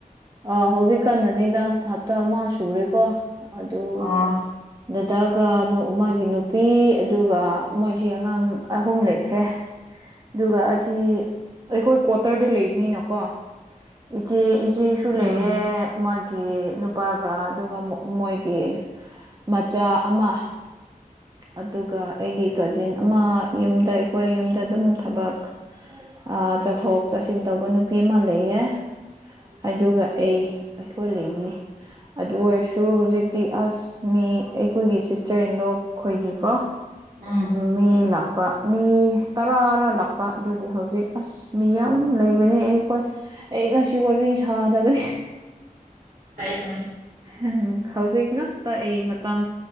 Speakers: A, on the right; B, on the right.
A: ꯑꯥ ꯍꯧꯖꯤꯛꯀꯟꯅꯅꯤꯗ ꯍꯞꯇꯥ ꯑꯃ ꯁꯨꯔꯦꯀꯣ ꯑꯗꯨ
B: ꯑꯣ
A: ꯗꯗꯥꯒ ꯗꯨ ꯃꯥꯒꯤ ꯅꯨꯄꯤ ꯑꯗꯨꯒ ꯃꯣꯏꯁꯤ ꯑꯉꯥꯡ ꯑꯍꯨꯝ ꯂꯩꯈ꯭ꯔꯦ꯫ ꯑꯗꯨꯒ ꯑꯁꯤ ꯑꯩꯈꯣꯏ ꯀ꯭ꯋꯥꯇꯔꯗ ꯂꯩꯕꯅꯤꯅꯀꯣ ꯏꯆꯦ ꯏꯆꯦꯁꯨ
B: ꯎꯝ
A: ꯂꯩꯌꯦ ꯃꯥꯒꯤ ꯅꯨꯄꯥꯒ ꯑꯗꯨꯒ ꯃꯣ ꯃꯣꯏꯒꯤ ꯃꯆꯥ ꯑꯃ ꯑꯗꯨꯒ ꯑꯩꯒꯤ ꯀꯖꯤꯟ ꯑꯃ ꯌꯨꯝꯗ ꯑꯩꯈꯣꯏ ꯌꯨꯝꯗ ꯑꯗꯨꯝ ꯊꯕꯛ ꯑ ꯆꯠꯊꯣꯛ ꯆꯠꯁꯤꯟ ꯇꯧꯕ ꯅꯨꯄꯤ ꯑꯃ ꯂꯩꯌꯦ꯫ ꯑꯗꯨꯒ ꯑꯩ ꯑꯩꯈꯣꯏ ꯂꯩꯃꯌꯦ ꯑꯗꯨ ꯑꯣꯏꯔꯁꯨ ꯍꯧꯖꯤꯛꯇꯤ ꯑꯁ ꯃꯤ ꯑꯩꯈꯣꯏꯒꯤ ꯁꯤꯁꯇꯔ ꯏꯟꯂꯣ ꯈꯣꯏꯒꯤꯀꯣ
B: ꯎꯝ
A: ꯃꯤ ꯂꯥꯛꯄ ꯃꯤ ꯇꯔꯥꯔ ꯂꯥꯛꯄ ꯑꯗꯨꯒꯤ ꯍꯧꯖꯤꯛ ꯑꯁ ꯃꯤ ꯌꯥꯝ ꯂꯩꯕꯅꯦ ꯑꯩꯈꯣꯏ꯫ ꯑꯩ ꯉꯁꯤ ꯋꯥꯔꯤ ꯁꯥꯗꯕꯅꯦ꯫
B: ꯐꯩ ꯐꯩ
A: ꯍꯝ ꯍꯧꯖꯤꯛ ꯉꯛꯇ ꯑꯩ ꯃꯇꯝ